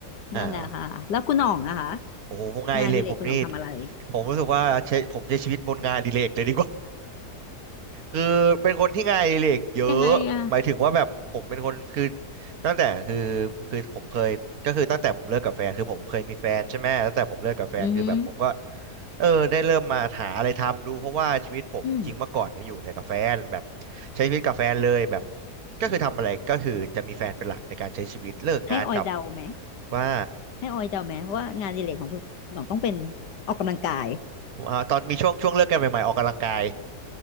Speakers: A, on the left (about 85°); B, on the right (about 65°).
A: นั่นแหละค่ะแล้วคุณหน่องอะคะ
B: โอ้โอ้โหงานอดิเรกผมนี่
A: งานอดิเลกคุณหน่องทำอะไร
B: ผมรู้สึกว่าใช้ผมใช้ชีวิตบนงานอดิเรกเลยดีกว่า คือเป็นคนที่งานอดิเรกเยอะหมายถึงว่าแบบผมเป็นคนคือ
A: ยังไงอ่ะ
B: ตั้งแต่คือคือผมเคยก็คือตั้งแต่ผมเลิกกับแฟนคือผมเคยมีแฟนใช่ไหมตั้งแต่ผมเลิกกับแฟนคือแบบผมก็
A: อือหือ
B: เออได้เริ่มมาหาอะไรทำดูเพราะว่าชีวิตผมจริงๆเมื่อก่อนเนี่ยอยู่แต่กับแฟนแบบ
A: อืม
B: ใช้ชีวิตกับแฟนเลยแบบก็คือทำอะไรก็คือจะมีแฟนเป็นหลักในการใช้ชีวิตเลิกงานกลับ
A: ให้ออยเดาไหม
B: ว่า
A: ให้ออยเดาไหมว่างานอดิเรกของคุณหน่องต้องเป็นออกกำลังกาย
B: อ่าตอนมีช่วงช่วงเลิกกันใหม่ๆออกกำลังกาย